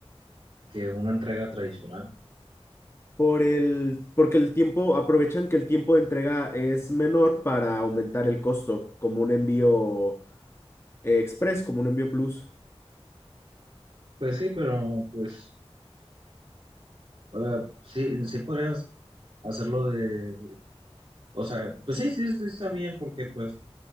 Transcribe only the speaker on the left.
Por el, porque el tiempo, aprovechan que el tiempo de entrega es menor para aumentar el costo, como un envío, eh, express, como un envío plus.